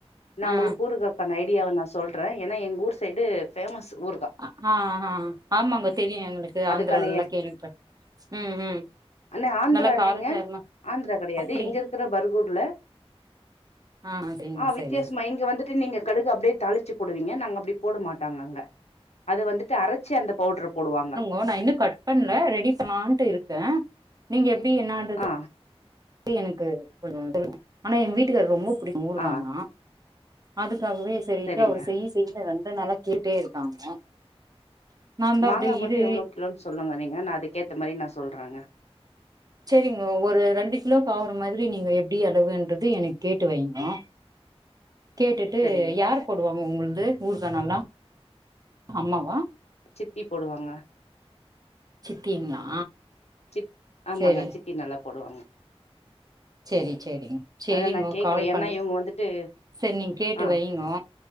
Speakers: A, on the left; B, on the right.
A: நா
B: ஆ
A: உங்களுக்கு கூருக்கா பண்ண ஐடியாவ நா சொல்றே ஏன்னா எங்கள் ஊர் சைடு ஃபேமஸ் ஊருகா
B: ஆ ஆ ஆமாங்க தெரியு எங்களுக்கு
A: அதுக்கான
B: ஆந்திரால்லா
A: எ
B: கேள்விபட் ம் ம்
A: அண்ணே ஆந்திரா
B: நல்லா
A: இல்லைங்க
B: காரஞ்சாரமா
A: ஆந்திரா கெடையாது
B: அப்டி
A: இங்க இருக் க்கற பர்கர்கூர்ல
B: ஆ சரிங்க
A: ஆ
B: சரி
A: வித்தியாசமா இங்க வந்து த்து நீங்க கடுகு அப்டியே தாளிச்சி போடுவீங்க நாங்க அப்டி போடமாட்டாங்க அங்க அத வந்துட்டு அரைச்சி அந்த பவுடர போடுவாங்க
B: ஓ நா இன்னு கட் பண்ணல ரெடி பண்ணாட்டு இருக்கே நீங்க எப்டி என்னாடு
A: ஆ
B: கே எனக்கு கொஞ்சோ தெல்ல ஆனா எங்க வீட்டுக்கரு ரொம்ப புடிக்கு ஊருகானா
A: ஆ
B: அதுக்காகவே சரிட்டு
A: சரிங்க
B: அவுரு செய்யி செய்யனு ரெண்டு நாளா கேட்டே இருக்காங்க நாதா
A: மாங்கா
B: அப்டியே
A: மட்டு
B: இரு
A: எவ்ளோ கிலோன்னு சொல்லுங்க நீங்க நா அதுக்கேத்த மாரி நா சொல்றங்க
B: சேரிங்கோ ஒரு ரெண்டு கிலோகாவற மாதிரி நீங்க எப்டி அளவுன்றது எனக்கு கேட்டு வைங்கோ கேட்டுட்டு
A: சரிங்க
B: யார் போடுவாங்க உங்களுது ஊருக்கா நல்லா அம்மாவா
A: சித்தி போடுவாங்க
B: சித்திங்களா
A: சித் ஆமாங்க
B: சேரிங்
A: சித்தி நல்லா போடுவாங்க
B: சேரி சேரிங் சேரிங்கோ
A: அத நா கேக்குறே
B: கால் பண்
A: ஏன்னா இவங்க வந்துட்டு
B: சேரி நீங்க கேட்டு
A: ஆ
B: வைங்கோ